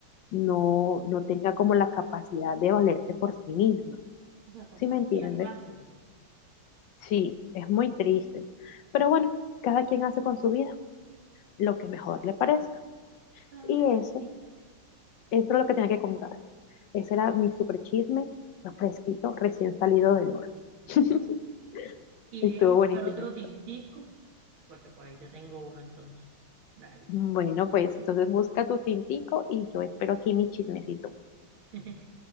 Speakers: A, on the left (about 70°); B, on the right (about 80°).
A: no, no tenga como la capacidad de valerse por sí misma.
B: o sea, tomó
A: ¿Sí me
B: la
A: entiendes?
B: vía fácil.
A: Sí, es muy triste. Pero bueno, cada quien hace con su vida lo que mejor le parece.
B: Realmente
A: Y eso,
B: sí,
A: eso es lo que tenía que contarte. Ese era mi super chisme, fresquito, recién salido del horno.
B: muy
A: <laughs>
B: bueno. Iré
A: Estuvo
B: a buscar
A: buenísimo.
B: otro tintico, porque por ahí te tengo uno entonces. Dale.
A: Bueno, pues entonces busca tu tintico y yo espero aquí mi chismecito.
B: <laughs>